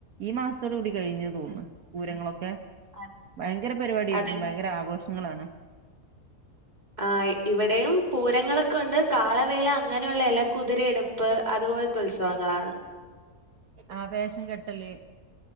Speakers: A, on the right; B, on the right.
A: ഈ മാസത്തോട് കൂടി കഴിഞ്ഞു തോന്ന്ണ്. പൂരങ്ങളൊക്കെ
B: ആഹ്
A: ഭയങ്കര പരിപാടി ആയിരിക്കും
B: അതെ
A: ഭയങ്കര ആഘോഷം ങ്ങളാണ്.
B: ആ ഇവടെയും പൂരങ്ങളൊക്കെണ്ട് കാളവേല അങ്ങനെയുള്ള എല കുതിരെടു പ്പ് അതുപോൽത്തെ ഉത്സവങ്ങളാണ്
A: ആ വേഷം കെട്ടല്